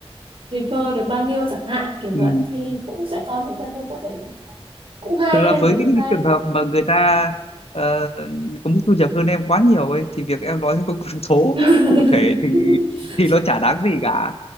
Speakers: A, on the right; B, on the left.
A: refer được bao nhiêu chẳng hạn kiểu
B: ừ
A: vậy thì cũng sẽ có những cái mối quan hệ cũng hay
B: thực ra
A: em
B: với
A: thấy cũng
B: cái những
A: hay
B: cái trường hợp mà người ta ờ, có mức thu nhập hơn em quá nhiều ấy thì việc em nói theo con con số
A: <laughs>
B: cụ thể thì thì nó chả đáng gì cả